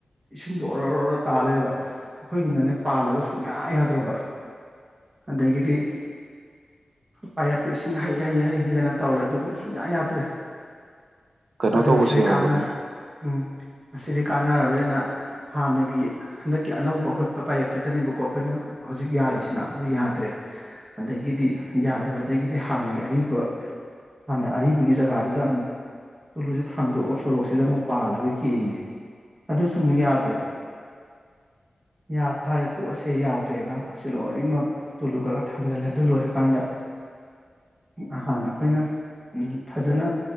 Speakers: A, on the right; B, on the right.
A: ꯏꯁꯤꯡꯗꯣ ꯑꯣꯔꯣꯔꯣ ꯇꯥ ꯂꯩꯕ ꯑꯩꯈꯣꯏꯒꯤꯅꯅꯦ ꯄꯥꯜꯂꯒ ꯁꯨꯡꯌꯥ ꯌꯥꯗ꯭ꯔꯕ ꯑꯗꯒꯤꯗꯤ ꯄꯌꯦꯞꯇ ꯏꯁꯤꯡ ꯍꯩ ꯍꯩ ꯍꯩ ꯍꯩꯗꯅ ꯇꯧꯔꯦ ꯑꯗꯨꯕꯨ ꯁꯨꯡꯌꯥ ꯌꯥꯗ꯭ꯔꯦ
B: ꯀꯩꯅꯣ
A: ꯑꯗꯨ
B: ꯇꯧꯕꯁꯨ
A: ꯃꯁꯤꯗꯤ
B: ꯌꯥꯎꯕꯅꯦ
A: ꯀꯥꯟꯅ ꯎꯝ ꯃꯁꯤꯗꯤ ꯀꯥꯟꯅꯔꯔꯣꯏꯅ ꯍꯥꯟꯅꯒꯤ ꯍꯟꯗꯛ ꯀꯤ ꯑꯅꯧꯕ ꯑꯍꯨꯠꯄ ꯄꯥꯏꯌꯦꯞꯇꯨꯗꯅꯦꯕꯀꯣ ꯑꯩꯈꯣꯏꯅ ꯍꯧꯖꯤꯛ ꯌꯥꯔꯤꯁꯤꯅ ꯑꯗꯨ ꯌꯥꯗ꯭ꯔꯦ ꯑꯗꯒꯤꯗꯤ ꯌꯥꯗꯕꯗꯒꯤꯗꯤ ꯍꯥꯟꯅꯒꯤ ꯑꯔꯤꯕ ꯍꯥꯟꯅ ꯑꯔꯤꯕꯒꯤ ꯖꯒꯥꯗꯨꯗ ꯑꯃꯨꯛ ꯇꯨꯂꯨꯁꯤꯦ ꯊꯥꯡꯗꯣꯛꯑꯒ ꯁꯣꯔꯣꯛꯁꯤꯗ ꯑꯃꯨꯛ ꯄꯥꯜꯂꯒ ꯌꯦꯡꯉꯦ ꯑꯗꯨꯁꯨ ꯑꯃꯨꯛ ꯌꯥꯗ꯭ꯔꯦ ꯌꯥ ꯐꯔꯦ ꯇꯣꯛꯑꯁꯦ ꯌꯥꯗ꯭ꯔꯦꯅ ꯃꯈꯣꯏꯁꯦ ꯂꯣꯏꯅꯃꯛ ꯇꯨꯂꯨ ꯈꯒ ꯊꯥꯡꯖꯜꯂꯦ ꯑꯗꯨ ꯂꯣꯏꯔꯀꯥꯟꯗ ꯑꯍꯥꯟꯅ ꯑꯩꯈꯣꯏꯅ ꯐꯖꯅ